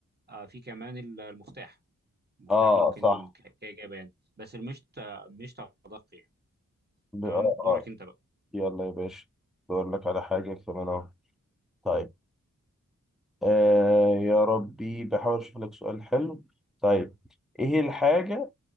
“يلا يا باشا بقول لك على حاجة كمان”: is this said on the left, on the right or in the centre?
Centre